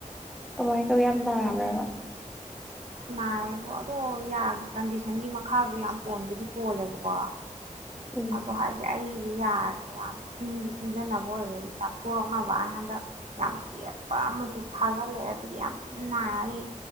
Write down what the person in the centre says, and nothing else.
ꯇꯃꯥꯏ ꯀ ꯌꯥꯝ ꯕ꯭ꯔꯦꯕ
ꯎꯝ